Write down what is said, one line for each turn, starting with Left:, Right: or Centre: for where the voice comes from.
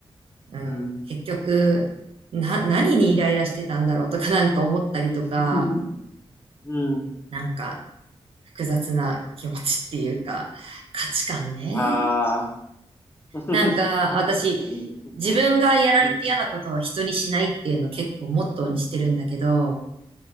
Right: うん、
Left: うん、
Right: 結局、な、何にイライラしてたんだろうとかなんか思ったりとか、
Left: <laughs> うん。
Right: なんか複雑な気持ちっていうか、価値観ね。
Left: ああ。確
Right: なんか、私、
Left: かに、そこ、
Right: 自分がやられて嫌なことは人にしないっていうのを結構モットーにしてるんだけど、
Left: うん、